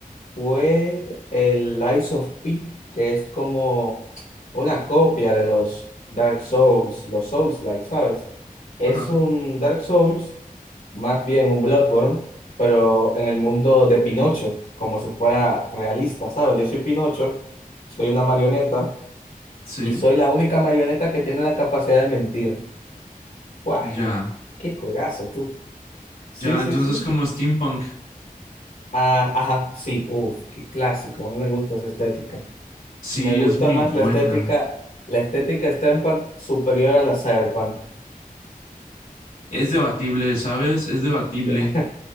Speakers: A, on the left (about 65°); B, on the left (about 80°).
A: fue el Lies of P, que es como una copia de los Dark Souls, los Souls-like, ¿sabes? Es
B: Ajá,
A: un Dark Souls, más bien un Bloodborne, pero en el mundo de Pinocho, como si fuera realista, ¿sabes? Yo soy Pinocho, soy una marioneta
B: sí.
A: y soy la única marioneta que tiene la capacidad de mentir. ¡Guau!
B: Ya.
A: ¡Qué juegazo, tú! Sí,
B: Ya,
A: sí,
B: entonces
A: sí.
B: como Steampunk,
A: Ah, ajá, sí, uff, qué clásico, a mí me gusta esa estética.
B: sí,
A: Me gusta
B: es muy
A: más
B: buena.
A: la estética. La estética steampunk superior a la cyberpunk.
B: Es debatible, ¿sabes? Es debatible.
A: Ya.